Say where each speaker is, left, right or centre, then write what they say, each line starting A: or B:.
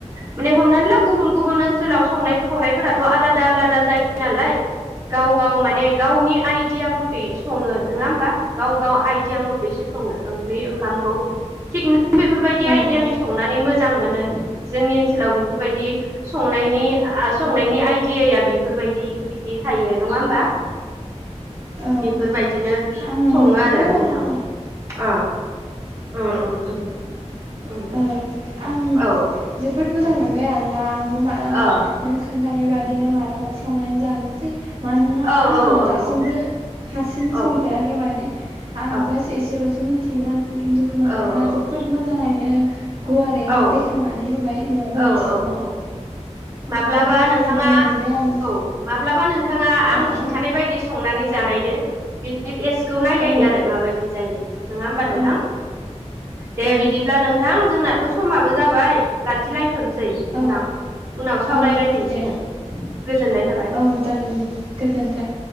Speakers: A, on the right; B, on the right.
A: माने हमनानै ला गुबुन गुबुन ओनसोलाव संनाय खावनायफोराथ' आलादा आलादा जायो नालाय गाव गाव माने गावनि आइदिया मथै सङो नोङा होमबा गाव गाव आइदिया मथैसो सङो ओंख्रि ओंखामखौ थिग बेफोर बायदि
B: औ
A: आइडियानि
B: औ औ
A: संनानै मोजां मोजां मोनो जोंनि ओनसोलाव बेफोरबायदि संनायनि आ संनायनि आइडियाया बेफोरबायदि बिदि थायो नङा होमबा
B: औ
A: बेफोरबायदिनो
B: आङोथ'
A: सङो आरो
B: औ
A: नोंथां अ ओ ओ ओं ओं
B: ओ आं
A: औ
B: जोबोद मोजां मोनबाय आरोना आंबो मालाबा
A: अ
B: नों खोनथानाय बादिनो मालाबा संनानै जानोसै मानोना
A: अ औ
B: आङो
A: औ औ
B: दासिमबो हारसिं
A: औ
B: संफेराखै
A: औ
B: माने आं
A: अ
B: जास एसेल'सो मिनथि मोन खिन्थु नोंथाङा
A: औ औ
B: जोबोद मोजाङैनो गुवारैनो
A: औ
B: बेखेवना माबोरै
A: औ
B: सङो
A: औ औ माब्लाबा
B: जोबोद
A: नोंथाङा
B: गोजोननाय मोनबाय आङो
A: औ माब्लाबा नोंथाङा आं
B: औ
A: खिन्थानाय बायदि संनानै जा बानायदो बि बे टेस्टखौ नाय नायदो
B: औ
A: आरो माबायदि जायो नङा होमबा नोंथां
B: औ
A: दे
B: औ
A: बिदिब्ला नोंथां जोंना थ' समाबो जाबाय लाखि लाय दोनथ'नोसै नोंथां
B: औ
A: उनाव सावरायलायफिनसिगोन
B: औ दे
A: गोजोननाय थाबाय
B: औ जागोन दे गोजोन्थों